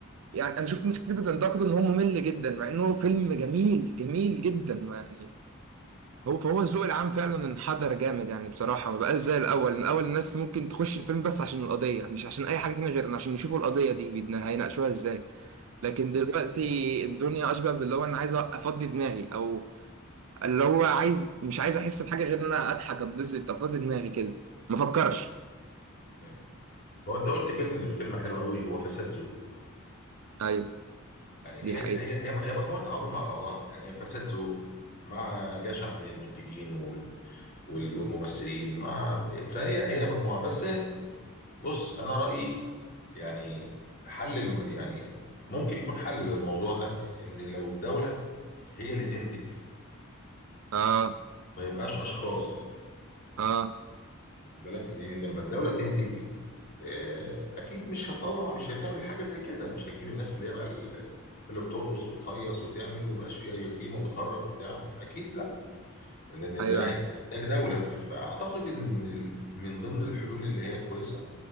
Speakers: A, on the right; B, on the left.
A: يعني انا شفت ناس كتير بتنتقده ان هو ممل جدا مع انه فيلم جميل جميل جدا يعني هو فهو الذوق العام فعلا انحدر جامد يعني بصراحة ما بقاش زي الأول الأول الناس ممكن تخش الفيلم بس عشان القضية مش عشان أي حاجة تانية غير إن عشان يشوفوا القضية دي بيدنا هيناقشوها إزاي لكن دلوقتي الدنيا أشبه باللي هو أنا عايز أفضي دماغي أو اللي هو عايز مش عايز أحس بحاجة غير إن أنا أضحك أتبسط أفضي دماغي كده ما أفكرش
B: مم. هو انت قلت كلمه كلمه حلوه قوي هو فساد ذوق
A: أيوه
B: يعني هي
A: دي حقيقة
B: هي هي هي مجموعه عوامل مع بعضها يعني هي فساد ذوق مع جشع من المنتجين وال- والممثلين مع فهي هي مجموعة بس بص أنا رأيي يعني حل الم... يعني ممكن يكون حل للموضوع ده إن لو الدولة هي اللي تنتج
A: آه
B: ما يبقاش أشخاص
A: آه
B: بالك لأن لما الدولة تنتج آه، أكيد مش هتطلع مش هتعمل حاجة زي كده مش هتجيب الناس اللي هي بقى ال- اللي بترقص وتهيص وتعمل ومبقاش فيه أي قيمة وتهرج وبتاع أكيد لا لأن
A: أيوه
B: ده هيبقى إنتاج دولة فأعتقد إن ال- من ضمن الحلول اللي هي كويسة